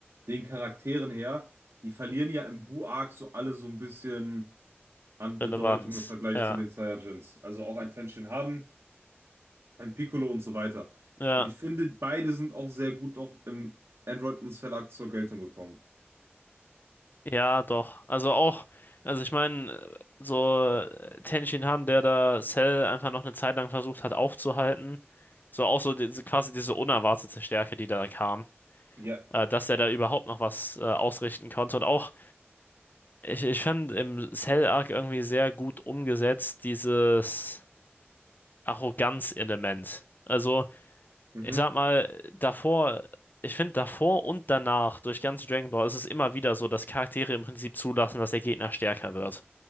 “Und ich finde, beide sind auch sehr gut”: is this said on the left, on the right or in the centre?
Right